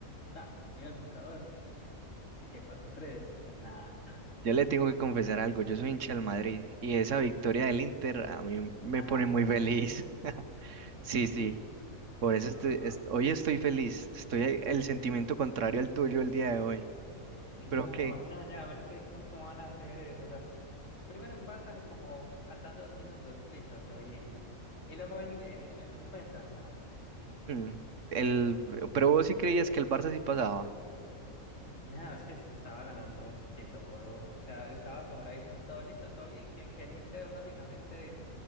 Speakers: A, on the left; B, on the right.
A: ta, mira el buscador y es que cuatro tres, nada.
B: Ya le tengo que confesar algo, yo soy hincha del Madrid y esa victoria del Inter a mí me
A: Ah,
B: pone muy feliz. <laughs> Sí, sí,
A: sí.
B: por eso
A: No,
B: estoy,
A: no,
B: est-
A: no.
B: hoy estoy feliz. Estoy a- el sentimiento contrario al tuyo el día de hoy.
A: No,
B: ¿Pero qué?
A: no, nea, pero es que ¿cómo, cómo van a hacer eso? O sea, primero empatan como faltan dos minutos, listo, todo bien. Y luego van y- en, en el descuento, no.
B: Mm, El, pero vos sí creías que el Barça sí pasaba.
A: Nada, es que es- estaba ganando de todo, o sea, estaba sobradísimo en todo, listo, todo bien, que, que el Inter básicamente